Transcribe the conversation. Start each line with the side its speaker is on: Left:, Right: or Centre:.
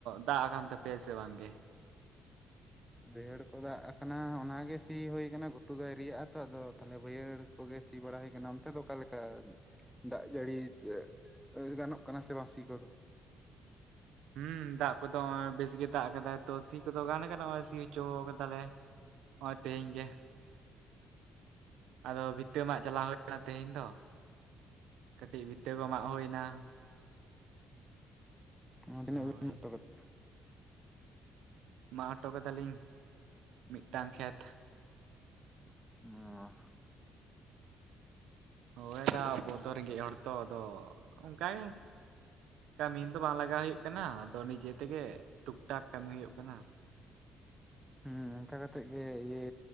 Right: ᱫᱟᱜ ᱟᱠᱟᱱ ᱛᱟᱯᱮᱭᱟ ᱥᱮ ᱵᱟᱝ ᱜᱮ᱾
Centre: ᱵᱟᱹᱭᱦᱟᱹᱲ ᱠᱚ ᱫᱟᱜ ᱟᱠᱟᱱᱟ ᱚᱱᱟᱜ ᱜᱮ ᱥᱤ ᱦᱩᱭᱩ ᱟᱠᱟᱱᱟ ᱜᱷᱩᱴᱩ ᱫᱚ ᱟᱣᱨᱤᱭᱟᱜᱼ ᱟ ᱛᱚ ᱟᱫᱚ ᱛᱟᱦᱚᱞᱮ ᱵᱟᱹᱭᱦᱟᱹᱲ ᱠᱚᱜᱮ ᱥᱤ ᱵᱟᱲᱟ ᱦᱩᱭ ᱟᱠᱟᱱᱟ ᱚᱱᱛᱮ ᱫᱚ ᱚᱠᱟ ᱞᱮᱠᱟ? ᱫᱟᱜ ᱡᱟᱹᱲᱤ ᱛᱮ ᱜᱟᱱᱚᱜ ᱠᱟᱱᱟ ᱥᱮ ᱵᱟᱝ ᱥᱤ ᱠᱚᱫᱚ?
Right: ᱦᱩᱸ ᱫᱟᱜ ᱠᱚᱫᱚ ᱦᱚᱸᱜᱼᱚᱭ ᱵᱮᱥ ᱜᱮ ᱫᱟᱜ ᱟᱠᱟᱫᱟᱭ ᱛᱚ ᱥᱤ ᱠᱚᱫᱚ ᱜᱟᱱ ᱠᱟᱱᱟ ᱦᱚᱸᱜᱼᱚᱭ ᱥᱤ ᱦᱚᱪᱚ ᱠᱟᱫᱟᱞᱮ᱾ ᱦᱚᱸᱜᱼᱚᱭ ᱛᱮᱦᱮᱧ ᱜᱮ᱾ ᱟᱫᱚ ᱵᱷᱤᱛᱟᱹ ᱢᱟᱜ ᱪᱟᱞᱟᱣ ᱦᱩᱭ ᱞᱮᱱᱟ ᱛᱮᱦᱮᱧ ᱫᱚ, ᱠᱟᱹᱴᱤᱡ ᱵᱷᱤᱛᱟᱹ ᱠᱚ ᱢᱟᱜ ᱦᱩᱭ ᱮᱱᱟ᱾
Centre: <inaudible>
Right: ᱦᱳᱭ ᱢᱟᱜ ᱦᱚᱴᱚ ᱠᱟᱫᱟᱞᱤᱧ ᱢᱤᱫᱴᱟᱝ ᱠᱷᱮᱛ᱾
Centre: ᱚᱻ
Right: ᱦᱳᱭ ᱫᱟ ᱟᱵᱚ ᱫᱚ ᱨᱮᱸᱜᱮᱡ ᱦᱚᱲ ᱛᱚ ᱟᱫᱚ ᱚᱱᱠᱟ ᱜᱮ᱾ ᱠᱟᱹᱢᱤᱱ ᱫᱚ ᱵᱟᱝ ᱞᱟᱜᱟᱣ ᱦᱩᱭᱩᱜ ᱠᱟᱱᱟ, ᱟᱫᱚ ᱱᱤᱡᱮ ᱛᱮᱜᱮ ᱴᱩᱠ ᱴᱟᱠ ᱠᱟᱹᱢᱤ ᱦᱩᱭᱩᱜ ᱠᱟᱱᱟ᱾
Centre: ᱦᱩᱸ ᱚᱱᱠᱟ ᱠᱟᱛᱮᱜ ᱜᱮ ᱤᱭᱟᱹ,